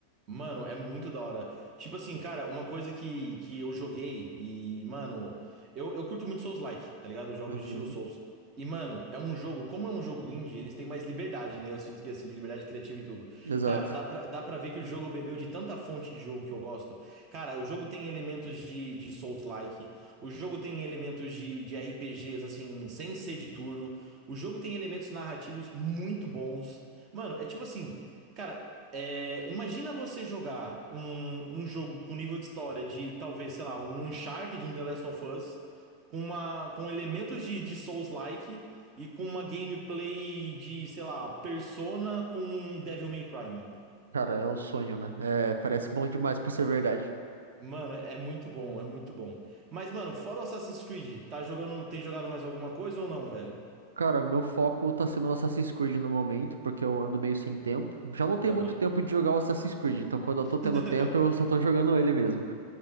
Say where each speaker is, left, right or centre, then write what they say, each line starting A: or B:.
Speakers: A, on the right (about 35°); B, on the right (about 70°).
A: Mano, é muito da hora. Tipo assim, cara, uma coisa que, que eu joguei e, mano, eu, eu curto muito Souls-like, tá ligado? Jogos
B: Uhum.
A: de estilo Souls. E, mano, é um jogo, como é um jogo indie, eles têm mais liberdade, né? Eu sinto que, assim, de liberdade criativa e tudo.
B: Exato.
A: Cara, dá pra, dá pra ver que o jogo bebeu de tanta fonte de jogo que eu gosto. Cara, o jogo tem elementos de, de Souls-like, o jogo tem elementos de, de RPGs, assim, sem ser de turno, o jogo tem elementos narrativos muito bons. Mano, é tipo assim. Cara, é, imagina você jogar um, um jogo com nível de história de talvez, sei lá, um Uncharted, um The Last of Us, com, uma, com elementos de, de Souls-like e com uma gameplay de, sei lá, Persona com Devil May Cry, mano.
B: Cara, é o sonho, né? É, parece bom demais pra ser verdade.
A: Mano, é muito bom, é muito bom. Mas, mano, fora o Assassin's Creed, tá jogando, tem jogado mais alguma coisa ou não, velho?
B: Cara, meu foco tá sendo o Assassin's Creed no momento, porque eu ando meio sem tempo. Já não tenho
A: Aham.
B: muito tempo de jogar o Assassin's Creed, então quando eu tô tendo
A: <laughs>
B: tempo, eu só tô jogando ele mesmo.